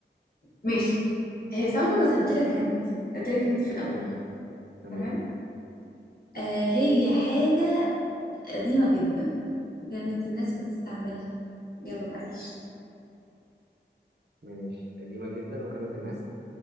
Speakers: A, on the left; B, on the right.
A: ماشي هي صعبة بس هديلك هنت هديلك هنت في الأول
B: تمام تمام
A: تمام آه هي حاجة قديمة جدا وكانت الناس بتستعملها يلا بقى عيش
B: ماشي قديمة جدا وكانت الناس